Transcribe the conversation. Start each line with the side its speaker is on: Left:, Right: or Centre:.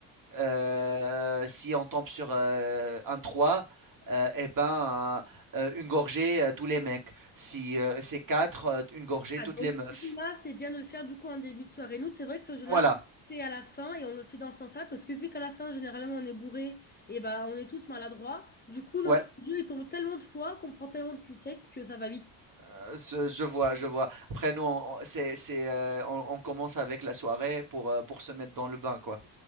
Right: Euh, si on tombe sur euh, un 3, euh, eh ben, euh, euh, une gorgée, euh, tous les mecs. Si euh, c'est 4, euh, une gorgée,
Left: Ah,
Right: toutes
Left: donc
Right: les meufs.
Left: ce jeu-là, c'est bien de le faire du coup en début de soirée. Nous, c'est vrai que ce jeu-là,
Right: Voilà,
Left: on le fait à la fin et on le fait dans ce sens-là parce que vu qu'à la fin, généralement, on est bourré et bah, on est tous maladroits, du coup, notre
Right: ouais.
Left: jeu, il tombe tellement de fois qu'on prend tellement de cul sec que ça va vite.
Right: Euh, ce- je vois, je vois. Après, nous, on, on- c'est, c'est, euh, on, on commence avec la soirée pour, euh, pour se mettre dans le bain, quoi.